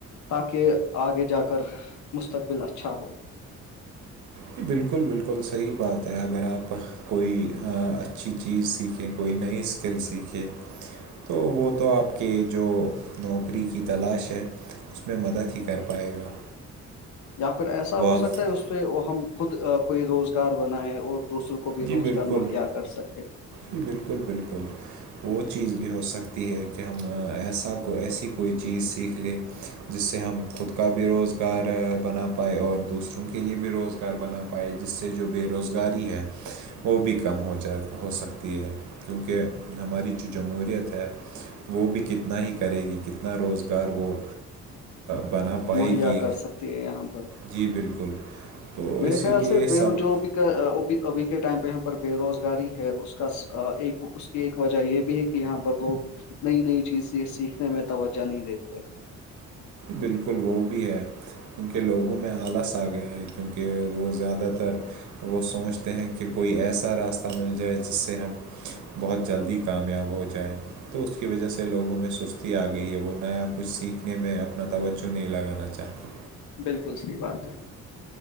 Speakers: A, on the left (about 70°); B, on the right (about 75°).
A: تاکہ آگے جا کر مستقبل اچھا ہو
B: جی بالکل بالکل صحیح بات ہے اگر آپ کوئی اچھی چیز سیکھے کوئی نئی اسکل سیکھے تو وہ تو آپ کے جو نوکری کی تلاش ہے اس میں مدد ہی کر پائے گا
A: یا پھر ایسا
B: بہت
A: ہو سکتا ہے اس پہ وہ ہم خود کوئی روزگار بنائے اور دوسروں کو بھی
B: جی
A: روزگار
B: بالکل
A: مہیا کر سکے
B: جی بالکل بالکل تو وہ چیز بھی ہو سکتی ہے کہ ہم ایسا کو ایسی کوئی چیز سیکھ لیں جس سے ہم خود کا بھی روزگار بنا پائائے اور دوسروں کے لیے بھی روزگار بنا پائی جس سے جو بے روزگاری ہے وہ بھی کم ہو جائے ہو سکتی ہے کیونکہ ہماری جو جمہوریت ہے وہ بھی کتنا ہی کرے گی کتنا روزگار وہ بنا پائے
A: وہی
B: گی
A: کر سکتے ہے یہاں پر
B: جی بالکل تو
A: میرے
B: اسی
A: خیال
B: لیے
A: سے بے
B: سب
A: روج بھی کا ابھی کے ٹائم پہ یہاں پر بے روزگاری ہے اس کا ایک اس کی ایک وجہ یہ بھی ہے کہ یہاں پر لوگ نئی نئی چیزیں سیکھنے میں توجہ نہیں دیتے
B: بالکل وہ بھی ہے کیونکہ لوگوں میں آلس آ گیا ہے کیونکہ وہ زیادہ تر وہ سوچتے ہیں کہ کوئی ایسا راستہ مل جائے جس سے ہم بہت جلدی کامیاب ہو جائے تو اس کی وجہ سے لوگوں میں سستی آ گئی ہے وہ نیا کچھ سیکھنے میں اپنا توجہ نہیں لگانا چاہتے
A: بالکل صحیح بات ہے